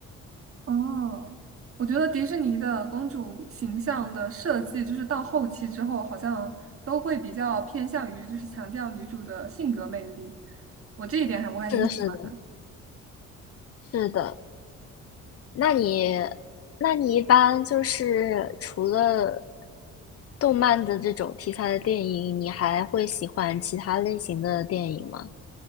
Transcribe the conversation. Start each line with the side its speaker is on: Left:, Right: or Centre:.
Right: 哦，我觉得迪士尼的公主形象的设计，就是到后期之后，好像都会比较偏向于就是强调女主的性格魅力。我这一点还我还挺喜欢的。
Left: 是的，是的，是的。那你，那你一般就是除了动漫的这种题材的电影，你还会喜欢其他类型的电影吗？